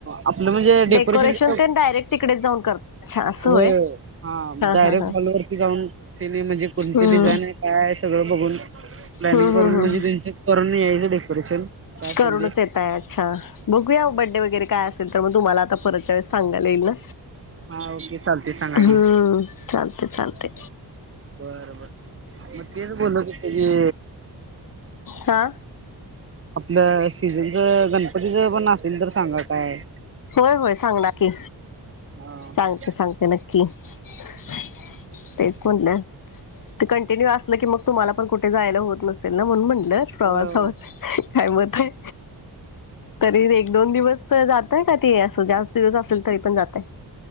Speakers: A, on the right; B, on the left.
A: आपलं म्हणजे डेकोरेशनच
B: डेकोरेशन ते डायरेक्ट तिकडे जाऊन करता अच्छा असं
A: वय
B: होय
A: हा डायरेक्ट
B: हा हा
A: हॉलवररती जाऊन केली म्हणजे कोणती
B: हम्म
A: डिझाईन आहे काय सगळं बघून प्लॅनिंग
B: हम्म
A: करून
B: हम्म
A: म्हणजे
B: हम्
A: त्यांचं करून यायचं डेकोरेशन काय असेल
B: करुूनच
A: ते
B: येत या अच्छा बघूया बड्डे वगैरे काय असेल तर मग तुम्हाला आता परतच्या वेस सांगाला येईल ना
A: हा ओके चालतंय सांगा
B: हम्म
A: की
B: चालते चालते
A: बरोबर मग तेच बोलत होत की
B: हा
A: आपलं सीजनच गणपती ज पण असल तर सांगा काय
B: होय होय सांग नकी
A: हम्म
B: सांगते सांगते नक्की क तेच म्हटलं ते कंटिन्यू असलं की मग तुम्हाला पण कुठे जायला होत नसेल ना म्हणून म्हटलं प्रवासा
A: होय होय
B: काय मत आहे तरी एक दोन दिवस जात य का ते असं जास्त दिवस असेल तरी पण जातय